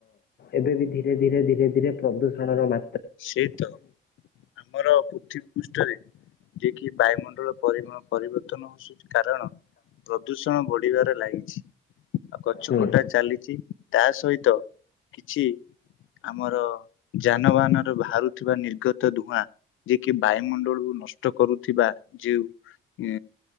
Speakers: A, on the left; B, on the left.
A: ଏବେ ବି ଧୀରେ ଧୀରେ ଧୀରେ ଧୀରେ ପ୍ରଦୂଷଣର ମା
B: ସେ ତ ଆମର ପୃଥିବୀ ପୃଷ୍ଠରେ ଯିଏ କିି ବାୟୁମଣ୍ଡଳ ପରି ପରିବର୍ତ୍ତନ ହସଛି କାରଣ ପ୍ରଦୂଷଣ ବଢିବାରେ ଲାଗିଛି। ଉ ଗଛ
A: ହୁଁ
B: କଟା ଚାଲିଛି ତା ସହିତ କିଛି ଆମର ଯାନବାହାନ ର ବାହାରୁଥିବା ନିର୍ଗତ ଧୂଆଁ ଯିଏ କି ବାୟୁମଣ୍ଡଳକୁ ନଷ୍ଟ କରୁଥିବା ଯଉ ଅ